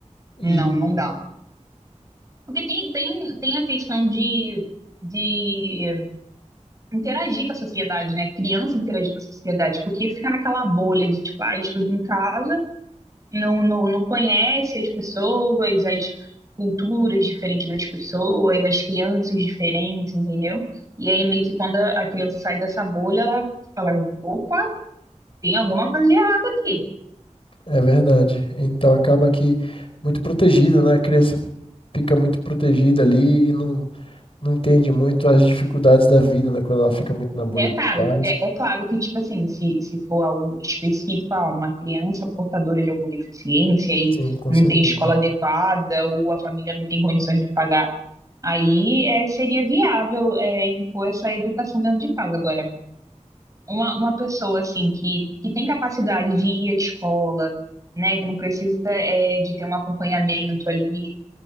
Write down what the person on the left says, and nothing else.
E
é verdade. Então acaba que muito protegido, né? A criança fica muito protegida ali e não, não entende muito as dificuldades da vida, né? Quando ela fica muito na bolha
dos pais.
Sim, com
certeza.